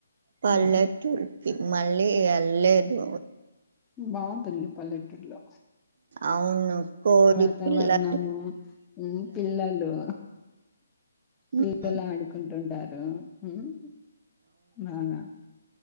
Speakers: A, on the right (about 50°); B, on the left (about 15°).
A: పల్లె
B: ఉహు,
A: టుర్కి మళ్ళీ ఎల్లెదు
B: ఉ బాఉంటుంది పల్లెటూర్లో
A: అవును కోడి
B: వాతావర్ణము
A: పిల్లలు
B: ఉమ్ పిల్లలు
A: హ్మ్
B: పిల్లల్ ఆడుకుంటుంటారు ఉమ్ నవ్నా